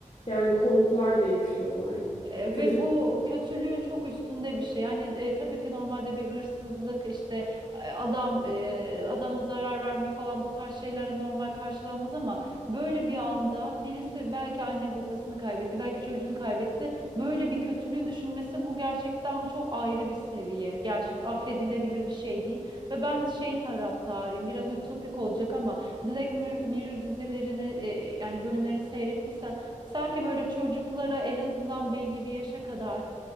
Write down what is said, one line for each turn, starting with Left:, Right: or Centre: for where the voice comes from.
Left: yani korkular da yüklüyorlar.
Right: E,
Left: Çok kötü.
Right: ve bu kötülüğün çok üstünde bir şey. Hani e, tabii ki normalde bir hırsızlık işte e, adam e, adama zarar verme falan bu tarz şeylere normal karşılanmaz ama böyle bir anda birisi belki anne babasını kaybetti, belki çocuğunu kaybetti. Böyle bir kötülüğün düşünmesi bu gerçekten çok ayrı bir seviye. Gerçekten affedilebilir bir şey değil. Ve ben şey taraftarıyım. Biraz ütopik olacak ama Black Mir- Mirror dizilerini e, yani bölümlerini seyrettiysen Sanki böyle çocuklara en azından belli bir yaşa kadar